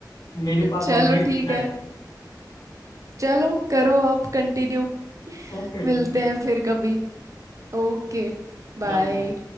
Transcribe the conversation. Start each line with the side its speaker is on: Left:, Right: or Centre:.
Left: मेरे पास
Right: चलो
Left: ऑलरेडी
Right: ठीक
Left: टीम है
Right: है चलो करो आप कंटिन्यू
Left: Okay
Right: मिलते
Left: okay
Right: हैं फिर कभी ओके बाय
Left: Done bye